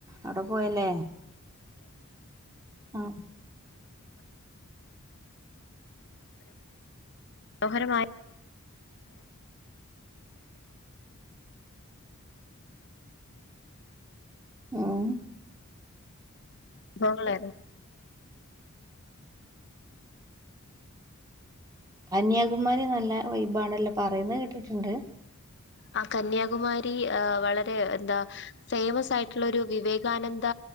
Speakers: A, on the right; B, on the left.
A: അവിടെ പോയല്ലേ ആഹ്
B: മനോഹരമായ
A: ഉം
B: അനുഭവങ്ങളായിരുന്നു
A: കന്യാകുമാരി നല്ല വൈബാണല്ലോ പറയുന്നത് കേട്ടിട്ടുണ്ട്
B: ആഹ് കന്യാകുമാരി ആഹ് വളരെ എന്താ ഫേയ്മസ് ആയിട്ടുള്ളൊരു വിവേകാനന്ദ